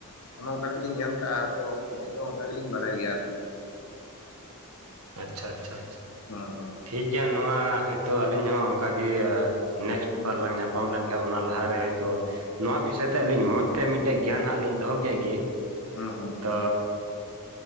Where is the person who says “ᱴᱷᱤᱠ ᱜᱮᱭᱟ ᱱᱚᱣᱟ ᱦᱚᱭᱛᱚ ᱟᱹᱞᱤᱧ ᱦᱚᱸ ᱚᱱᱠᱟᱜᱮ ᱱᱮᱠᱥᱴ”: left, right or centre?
Right